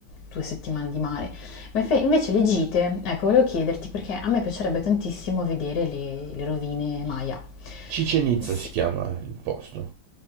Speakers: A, on the left (about 65°); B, on the right (about 85°).
A: due settimane di mare. Ma infe- invece le gite, ecco, volevo chiederti perché a me piacerebbe tantissimo vedere le, le rovine Maya.
B: Cicenizza
A: S-
B: si chiama il posto.